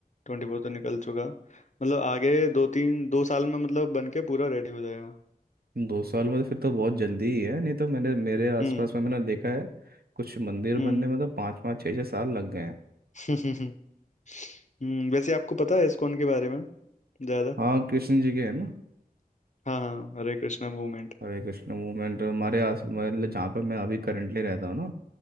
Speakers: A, on the left; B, on the right.
A: ट्वेंटी फोर तो निकल चुका मतलब आगे दो तीन दो साल में मतलब बन के पूरा रेडी हो जाएगा
B: दो साल बाद फिर तो बहुत जल्दी ही है नहीं तो मैंने मेरे आसपास
A: हम्म
B: में मैंने देखा है कुछ मंदिर
A: हम्म
B: बनने में तो पाँच पाँच छः छः साल लग गए हैं
A: <laughs> हम्म वैसे आपको पता है इस्कॉन के बारे में ज्यादा
B: हाँ कृष्ण जी के है ना
A: हाँ हाँ हरे कृष्णा मूवमेंट
B: हरे कृष्ण मूवमेंट हमारे आस मतलब जहाँ पर मैं अभी करंटली रहता हूँ ना